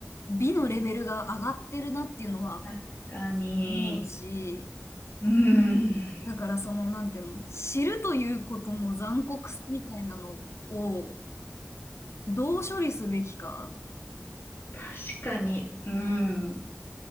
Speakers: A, on the left; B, on the left.
A: 美のレベルが上がってるなっていうのは
B: 確かに。
A: 思うし、
B: うん。
A: だからそのなんていうの、知るということの残酷さみたいなのをどう処理すべきか。
B: 確かに。うん。う